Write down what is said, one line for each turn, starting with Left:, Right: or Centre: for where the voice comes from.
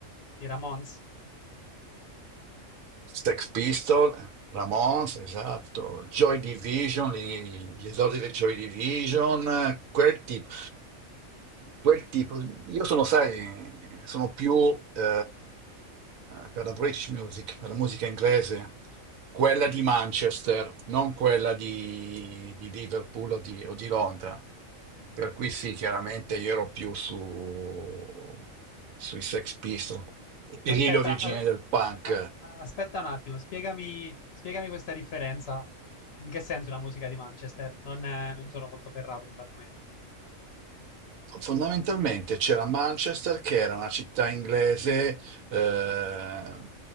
Left: I Ramones?
Right: Sex Pistols, Ramones, esatto, Joy Division, gli, gli esordi del Joy Division, eh, quel tipo. Quel tipo. Io sono, sai, sono più eh, per la British music, per la musica inglese, quella di Manchester, non quella di, di Liverpool o di, o di Londra. Per cui
Left: Eh sì.
Right: sì, chiaramente io ero più su, sui Sex Pistols, e
Left: Aspetta,
Right: lì l'origine
Left: a-
Right: del punk.
Left: a- a- aspetta un attimo, spiegami, spiegami questa differenza. In che senso la musica di Manchester? Non, eh, non sono molto ferrato sull'argomento.
Right: Fondamentalmente c'era Manchester, che era una città inglese eh,